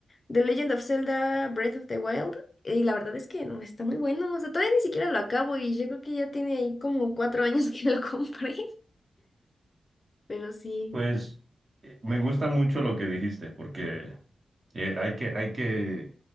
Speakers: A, on the left; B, on the right.
A: The Legend of Zelda Breath of the Wild, y la verdad es que no, está muy bueno, o sea, todavía ni siquiera lo acabo y yo creo que ya tiene ahí como cuatro años <laughs> que lo compré, <laughs> pero sí.
B: Pues eh, me gusta mucho lo que dijiste, porque eh, hay que, hay que,